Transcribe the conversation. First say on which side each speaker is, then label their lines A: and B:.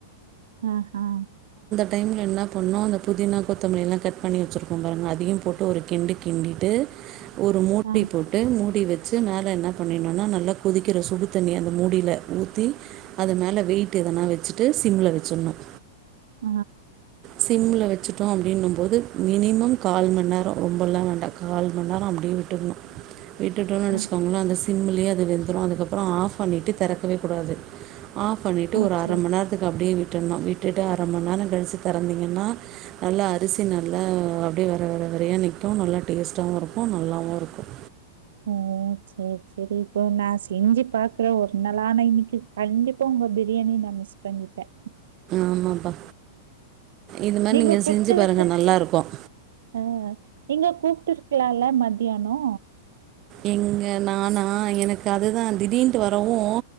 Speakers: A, on the right; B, on the right.
A: ஆ ஹா
B: டைம்ல என்ன பண்ணோ அந்த புதினா கொத்தமல்லில்லா கட் பண்ணி வெச்சிருக்கோ பாருங்க அதையோ போட்டு ஒரு கிண்டு கிண்டிட்டு ஒரு மூடி
A: ஆ,
B: போட்டு மூடி வெ ச்சு மேல என்ன பண்ணிணோம்னா நல்லா கொதிக்குற சுடு தண்ணி அந்த மூடில ஊத்தி அத மேல வெயிட்டு எதன்னா வெச்சுட்டு சிம்ல வெச்சுணோம்
A: ஆ
B: சிம்ல வெச் வெச்சுட்டோ அப்டின்னோ போது மினிமம் கால் மணிநேரோ ரொம்பல்லா வேண்டா கால் மணிநேரோ அப்டியே விட்டுரணோம் விட்டுட்டோன்னு நெனச்சுக்கோங்களே
A: ஆ,
B: அந்த சிம்முலயே அது வெந்துரும் அதுக்கப்பறோம் ஆஃப் பண்ணிட்டு தெறக்கவே கூடாது ஆஃப் பண்ணிட்டு
A: ஆ,
B: ஒரு அர
A: சரி.
B: மணி நேரத்துக்கு அப்டியே விட்டு விட்டுனோ விட்டுட்டு அர மணி நேரோ கழிச்சு தெறந்தீங்கன்னா நல்லா அரிசி நல்லா அப்டியே வெற வெற வெறையா நிக்கும் நல்லா டேஸ்டாவும் இருக்கும் நல்லாவும் இருக்கும்
A: ஓ ஓ செரி செரி இப்போ நா செஞ்சு பாக்குறேன் ஒரு நாளு ஆனா இன்னிக்கு கண்டிப்பா உங்க பிரியாணி நா மிஸ் பண்ணிட்டேன் <inaudible>
B: ஆமாப்பா இது மாதிரி
A: நீங்க
B: நீங்கள்
A: குடுத்து
B: செஞ்சு பாருங்கள்
A: விட்டுயிருக்கலா
B: நல்லாயிருக்கும்
A: அ நீங்க கூப்டுயிருக்கலாம்ல ம தியானோ
B: எங்க நானா எனக்கு அதுதா திடீன்ட்டு வரவோம்